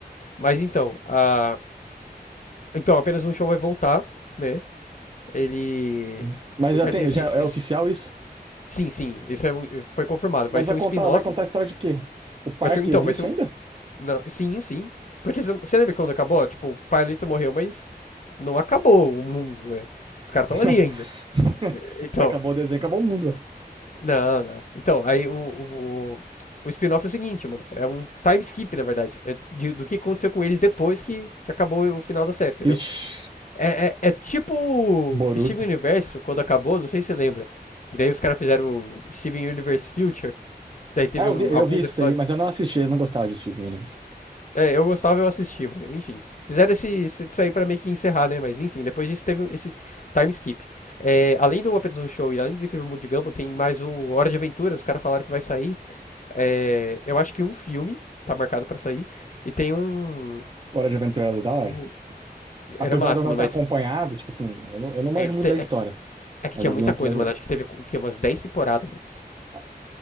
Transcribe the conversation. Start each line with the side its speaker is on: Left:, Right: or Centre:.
Left: Mas então, a... então, apenas um show vai voltar, né? Ele,
Right: Hum. Mas
Left: ele
Right: já
Left: vai
Right: tem,
Left: ter esse,
Right: já é
Left: esse-
Right: oficial isso?
Left: Sim, sim, isso é um- foi confirmado.
Right: Mas
Left: Vai ser
Right: vai contar,
Left: um spin-off.
Right: vai contar a história de quê? O parque
Left: Vai ser, um, então,
Right: existe
Left: vai ser um...
Right: ainda?
Left: não, sim, sim. Porque você você lembra quando acabou? Tipo, o Pailito morreu, mas não acabou o mundo, né? Os caras estão
Right: <laughs>
Left: ali ainda. Então,
Right: Ué, acabou o desenho, acabou o mundo, ué.
Left: não, não. Então, aí o, o, o spin-off é o seguinte, mano. É um time skip, na verdade. É de- do que aconteceu com eles depois que, que acabou o final da série, entendeu?
Right: Ixi,
Left: É, é, é tipo
Right: Boruto.
Left: Steven Universe quando acabou, não sei se você lembra. E daí os caras fizeram o Steven Universe Future, que daí teve
Right: É, eu
Left: um-
Right: vi,
Left: alguns
Right: eu vi isso
Left: episódios.
Right: daí, mas eu não assisti, eu não gostava de Steven Universe.
Left: É, eu gostava, eu assisti, mano. Enfim. Fizeram esse, esse- isso aí pra meio que encerrar, né? Mas enfim, depois disso teve esse time skip. É, além do Apenas um Show e além do Incrível Mundo de Gumball, tem mais o Hora de Aventura, os caras falaram que vai sair. É, eu acho que um filme tá marcado pra sair. E tem um.
Right: Hora de Aventura era da hora.
Left: o-
Right: Apesar
Left: Era massa,
Right: de eu não
Left: mano,
Right: ter
Left: mas
Right: acompanhado, tipo assim, eu não, eu não manjo
Left: é que,
Right: muito
Left: te-
Right: da história,
Left: é que, é que
Right: mas
Left: tinha
Right: eu
Left: muita
Right: vi um episódio
Left: coisa, mano.
Right: ou outro.
Left: Acho que teve o quê? Umas 10 temporadas, mano.
Right: Ah,